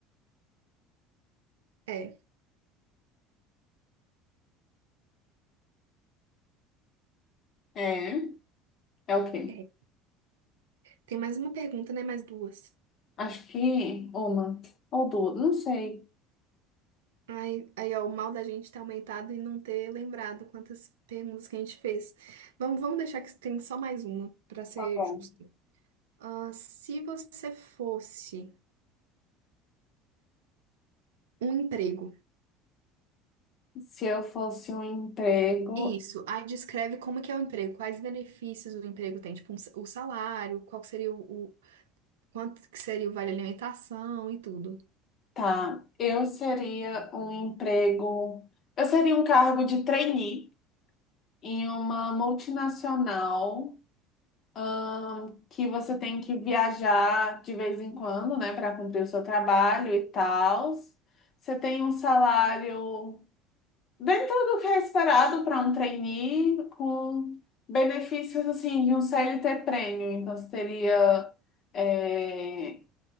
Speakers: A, on the right (about 65°); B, on the left (about 40°).
A: É,
B: É? É o quê?
A: é. Tem mais uma pergunta, né? Mais duas.
B: Acho que uma ou duas, não sei.
A: Aí, aí, ó, o mal da gente ter aumentado e não ter lembrado quantas perguntas que a gente fez. Vamos, vamos deixar que tem só mais uma, para ser
B: Tá bom.
A: justa. Ah, se você fosse um emprego,
B: Se eu fosse um emprego,
A: isso, aí descreve como que é o emprego, quais benefícios o emprego tem, tipo um sa- o salário, qual que seria o, o- quanto que seria o vale alimentação e tudo.
B: tá. Eu seria um emprego. Eu seria um cargo de trainee em uma multinacional ahn, que você tem que viajar de vez em quando, né, para cumprir o seu trabalho e tal. Você tem um salário Dentro do que é esperado para um trainee, com benefícios assim de um CLT prêmio Então, você teria é,